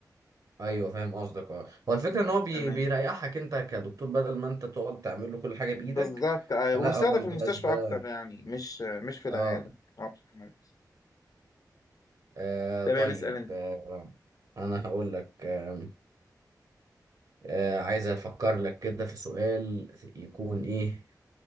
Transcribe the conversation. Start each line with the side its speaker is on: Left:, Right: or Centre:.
Right: ايوه فاهم قصدك اه هو الفكره ان هو بي...
Left: تمام
Right: بيريحك انت كدكتور بدل ما انت تقعد تعمل له كل حاجه بايدك
Left: بالظبط أيوة
Right: فلا
Left: ويستخدم
Right: هو الجهاز
Left: في المستشفى
Right: ده
Left: أكتر يعني مش مش في العيادة
Right: اه,
Left: أو مش في المركز
Right: آه
Left: تمام
Right: طيب
Left: اسأل أنت
Right: آه انا هقول لك آه، آه، عايز افكر لك كده في سؤال يكون ايه